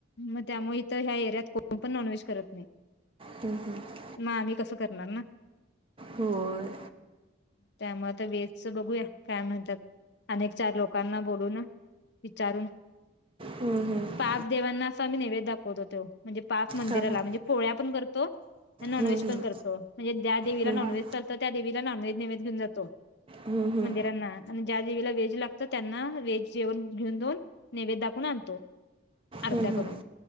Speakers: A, on the left (about 60°); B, on the right (about 30°).
A: मग त्यामुळे इथं ह्या एरियात कोण पण नॉनव्हेज करत नाही.
B: हम्म हम्म.
A: म आम्ही कसं करणार ना.
B: होय.
A: त्यामुळे आता वेजच बघूया काय म्हणत्यात. अनेक चार लोकांना बोलून विचारून
B: हम हम.
A: साप देवांना आसा आम्ही नैवेद दाखवतो तो. म्हणजे पाक मंदिराला
B: हा हा
A: म्हणजे पोळ्या पण करतो, आणि नॉनव्हेज
B: हम्म हम्म
A: पण करतो, म्हणजे द्या देवीला
B: हम्म
A: नॉनव्हेज चालत त्या देवीला नॉनव्हेज नेवेद घेऊन जातो
B: हम्म हम्म हम्म
A: मंदिरांना. आणि ज्या देवीला वेज लागतं त्यांना वेज जेवन घेऊन दोन नैवेद दाखवून आणतो, आरत्या
B: हम्म
A: करून.